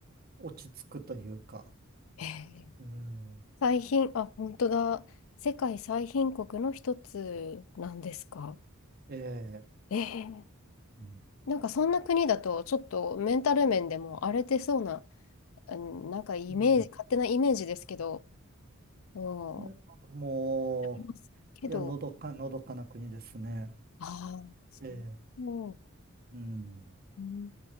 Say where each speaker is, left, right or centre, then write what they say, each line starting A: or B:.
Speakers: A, on the right; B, on the left.
A: 落ち着くというか、
B: へえ
A: うん、
B: 最貧、あ、本当だ。世界最貧国の一つなんですか。
A: ええ、
B: ええ
A: うん、
B: なんかそんな国だと、ちょっとメンタル面でも荒れてそうな、うんなんかイメージ、
A: うん
B: 勝手なイメージですけど、うん、
A: でも
B: ありますけど、
A: う、いや、のどか、のどかな国ですね。
B: ああ、そ
A: ええ、
B: う。
A: うん。
B: うん